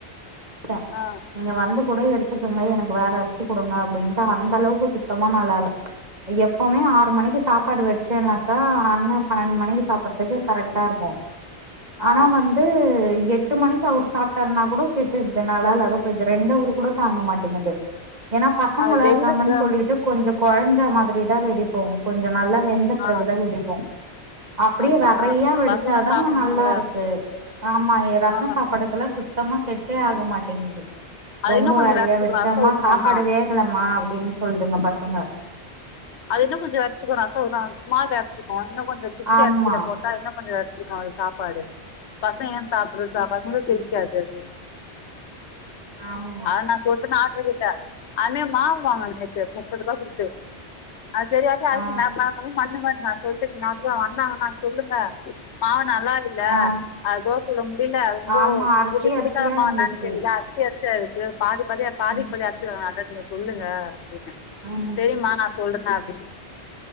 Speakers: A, on the right; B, on the left.
A: <unintelligible>
B: ஆ
A: நீங்க வந்து கூட எடுத் த்துக்குங்க எனக்கு வேற அரிசி குடுங்க அப்டின்ட்டு அந்த அளவுக்கு சுத்தமா நல்லால்ல எப்பமே ஆறு மணிக்கு சாப்பாடு வச்சேனாக்கா அண்ண பன்னெண்ட் மணிக்கி சாப்டுறது
B: ம்
A: கரட் பாருங்க
B: ஆ
A: ஆனா வந்து எட்டு மணிக்கு அவர் சாப்ட்டாருனா கூட கெட்டுறதுனால <unintelligible> இது ரெண்டு அவர் கூட தாங்க மாட்டேங்குது ஏன்னா பசங்கள்லா
B: அது வெயிலுக்கு
A: இருக்காங்கன்னு சொல்லிட்டு கொஞ்ச கொழஞ்ச மாதிரிதா வடிப்போ கொஞ்ச நல்லா வெந்த பிறகுதா
B: ஆ
A: வடிப்போ அப்டியே
B: ஆமா
A: வெரையா வடிச்சாதா
B: பசங்க சாப்புட்ணுல்ல
A: நல்லா இருக்கு ஆமா ரச
B: ஆ
A: சாப்பாடுக்கெல்லா சுத்தமா செட் ட்டே ஆகமாட் <unintelligible>
B: அது
A: ரொம்ப
B: இன்னு கொஞ்சோ
A: வெரையா
B: வெரச்சுக்கணு
A: வடிச்சா
B: ரசோ
A: அம்மா
B: ஊத்தணுன்னா
A: சாப்பாடு வேகலமா அப்டின்னு சொல்துங்க பசங்க
B: அது இன்னும் கொஞ்ச வெரச்சிக்கு ரசோ ஊத்த ஆரம்பிச்சம்னா வெரச்சுக்கு இன்னு கொஞ்ச புத்சு
A: ஆமா
B: அரிசில போட்டா இன்னு கொஞ்ச அரைச்சிருக்க <unintelligible> சாப்பாடு பசங்க ஏன் சாப்பிடுறது ச பசங்க செரிக்காது அது
A: ஆமா
B: அது நா சொல்ட்ட <unintelligible> <unintelligible> அதுலயே மாவு வாங்கன நேத்து முப்பது ரூபா குடுத்து அது சரியாவே அரக்கில
A: ஆ
B: <unintelligible> மண்ணு மாரி நா சொல்ட்டே இந்நேரத்துக்கு அவங்க வந்தாங்கனா சொல்லுங்க <unintelligible> நல்லா இல்ல
A: ஆ
B: அ தோச சுட முடியல ரொம்போ
A: ஆமா அரிசி
B: புளி புளிக்காத
A: அரிசியா
B: <unintelligible>
A: இருந்துச்சு
B: தெரில அரிசி அரிசி எதுக்கு பாதி பாதியா பாதிக்கு
A: ம்
B: பாதி <unintelligible> நானு <unintelligible> சொல்லுங்க அப்டின்னா
A: ம்
B: பெரிம்மா நா சொல்றே அப்டின்னாரு